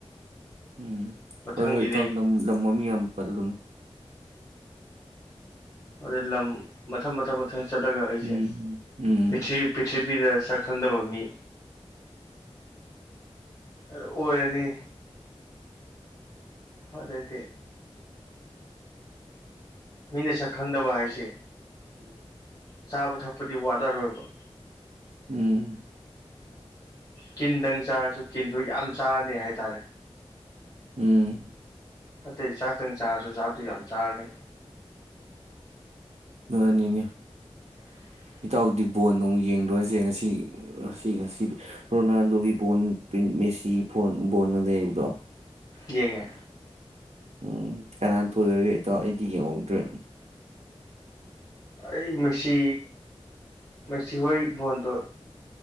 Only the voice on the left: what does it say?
ꯃꯊꯪ
ꯏꯔꯦꯡ
ꯑꯗꯨꯗꯩ ꯂꯝ ꯃꯊꯪ ꯃꯊꯪ ꯃꯊꯪ ꯆꯠꯂꯒ ꯑꯩꯁꯦ
ꯄ꯭ꯔꯤꯊꯤ ꯄ꯭ꯔꯤꯊꯤ ꯅꯨꯄꯤꯗ ꯁꯛ ꯈꯪꯅꯕ ꯃꯤ ꯑ ꯑꯣꯏꯔꯅꯤ ꯑꯗꯩꯗꯤ ꯃꯤꯅ ꯁꯛ ꯈꯪꯗꯕ ꯍꯥꯏꯁꯦ
ꯆꯥꯕ ꯊꯛꯄꯗꯤ ꯋꯥꯠꯂꯔꯣꯏꯕ
ꯀꯤꯟꯗꯪ ꯆꯥꯔꯁꯨ ꯀꯤꯟꯗꯣ ꯌꯥꯝ ꯆꯥꯔꯅꯤ ꯍꯥꯏꯇꯥꯔꯦ
ꯅꯠꯇꯦ ꯆꯥꯛꯇꯪ ꯆꯥꯔꯁꯨ ꯆꯥꯛꯇꯨ ꯌꯥꯝ ꯆꯥꯔꯅꯤ
<inaudible>
ꯌꯦꯡꯉꯦ
ꯑꯩ ꯃꯦꯁꯤ ꯃꯦꯁꯤ ꯍꯣꯏꯒꯤ ꯕꯣꯟꯗꯣ